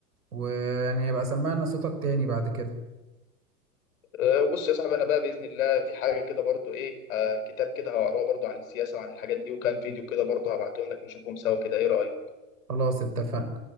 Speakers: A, on the right; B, on the left.
A: ويعني يبقى سمعنا صوتك تاني بعد كده
B: أه، بص يا صاحبي انا بقى باذن الله في حاجه كده برضو ايه أه، كتاب كده هقراه برضو عن السياسه وعن الحاجات دي وكان فيديو كده برضو هبعتهم لك نشوفهم سوا كده ايه رايك
A: خلاص اتفقنا